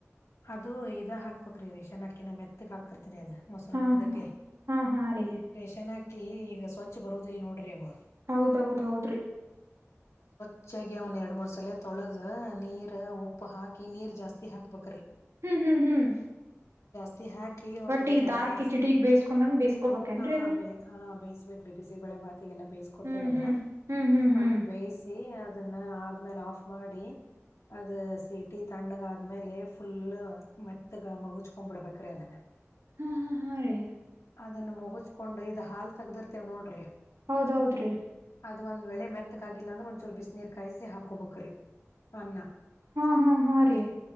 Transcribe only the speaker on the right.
ಹಾ
ಹಾ ಹಾ ಹಾ ರೀ
ಹೌದೌದ್ ಹೌದ್ರಿ
ಹ್ಮ್ ಹ್ಮ್ ಹ್ಮ್
ಬಟ್
ಈಗ ದಾಲ್
ಕಿಚಡಿಗ್
ಬೇಸ್ಕೊಂಡಂಗ ಬೇಸ್ಕೋಬೇಕೇನ್ರೀ
ಅದ್ನ
ಹ್ಮ್ ಹ್ಮ್ ಹ್ಮ್ ಹ್ಮ್
ಹ್ಮ್
ಹಾ ಹಾ ಹಾ ರಿ
ಹೌದೌದ್ರಿ
ಹಾ ಹಾ ಹಾ ರೀ